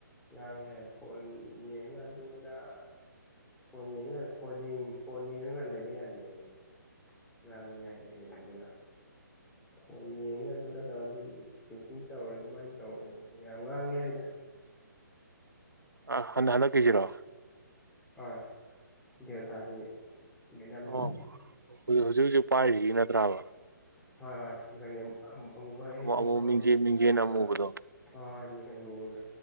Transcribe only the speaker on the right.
ꯑ ꯍꯟ ꯍꯟꯗꯛꯀꯤꯖꯤꯔꯣ
ꯑꯣ ꯍꯧꯖꯤꯛ ꯍꯧꯖꯤꯛ ꯄꯥꯏꯔꯤꯖꯤ ꯅꯠꯇ꯭ꯔꯥꯕ
ꯑꯃꯨꯛ
ꯑꯃꯨꯛ
ꯃꯤꯡꯖꯦꯜ ꯃꯤꯡꯖꯦꯜ ꯑꯃꯨꯕꯗꯣ